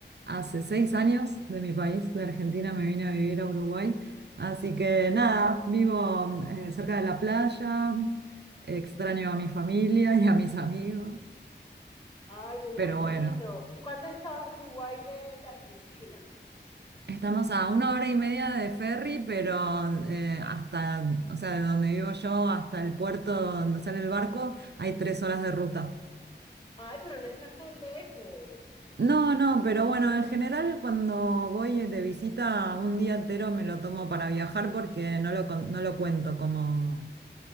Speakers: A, on the right (about 65°); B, on the left (about 25°).
A: hace seis años de mi país, de Argentina, me vine a vivir a Uruguay. Así que nada, vivo eh, cerca de la playa, extraño a mi familia y a mis amigos,
B: Ay, me imagino.
A: pero bueno,
B: ¿Y cuánto está Uruguay de, de Argentina?
A: estamos a una hora y media de ferry, pero eh, hasta, o sea, de donde vivo yo hasta el puerto donde sale el barco hay tres horas de ruta.
B: Ay, pero no estás tan lejos.
A: No, no, pero bueno, en general cuando voy de visita un día entero me lo tomo para viajar porque no lo, con- no lo cuento como,